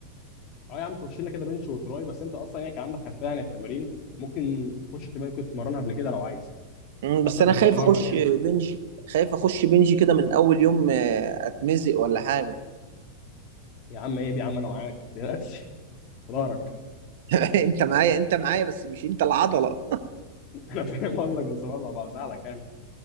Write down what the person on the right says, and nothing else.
مم، بس
انا
خايف
اخش
بنج خايف اخش بنج كده من اول يوم آه، اتمزق ولا حاجة
<laughs>
انت معايا انت معايا بس مش انت العضلة